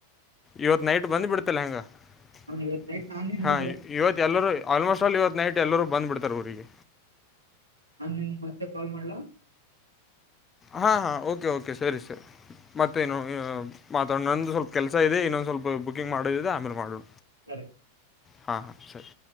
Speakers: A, on the left; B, on the right.
A: ಇವತ್ ನೈಟ್ ಬಂದ ಬಿಡ್ತಲ್ಲ ಹೆಂಗ <inaudible>
B: ನಾನ್ ಇವತ್ ನೈಟ್ ನಾನೇ
A: ಹಾ
B: ಹೋಗ್ಬಿಡ
A: ಇ ಇವತ್ ಎಲ್ಲರೂ ಆಲ್ಮೋಸ್ಟಾಲ್ ಇವತ್ ನೈಟ್ ಎಲ್ಲರೂ ಬಂದ್ ಬಿಡ್ತಾರೆ ಊರಿಗೆ.
B: ನಾನ್ ನಿನಗ್ ಮತ್ತೆ ಕಾಲ್ ಮಾಡ್ಲಾ.
A: ಹಾ ಹಾ ಓಕೆ ಓಕೆ ಸರಿ ಸರಿ ಮತ್ತೇನು ಏ ಮಾತಾಡ ನಂದು
B: ಹಾ
A: ಸ್ವಲ್ಪ ಕೆಲಸ್ ಇದೆ ಇನ್ನೊಂದ ಸ್ವಲ್ಪ ಬುಕಿಂಗ್ ಮಾಡುದಿದೆ ಆಮೇಲೆ ಮಾಡೋ
B: ಸರಿ.
A: ಹಾ ಹಾ ಸರಿ‌.